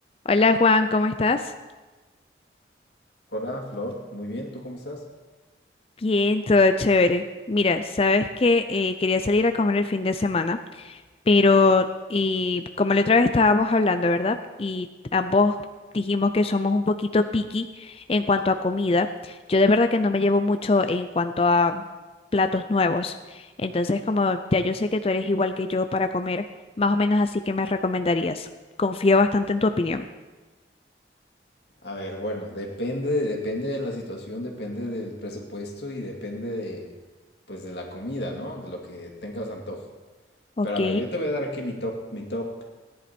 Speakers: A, on the left (about 30°); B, on the left (about 65°).
A: Hola Juan, ¿cómo estás?
B: Hola, Flor. Muy bien, ¿tú cómo estás?
A: Bien, todo chévere. Mira, sabes que eh, quería salir a comer el fin de semana, pero y como la otra vez estábamos hablando, ¿verdad? Y ambos dijimos que somos un poquito picky en cuanto a comida. Yo de verdad que no me llevo mucho en cuanto a platos nuevos. Entonces, como ya yo sé que tú eres igual que yo para comer, más o menos así que me recomendarías. Confío bastante en tu opinión.
B: A ver, bueno, depende, depende de la situación, depende del presupuesto y depende de, pues, de la comida, ¿no? De lo que tengas antojo.
A: Ok,
B: Pero a ver, yo te voy a dar aquí mi top, mi top,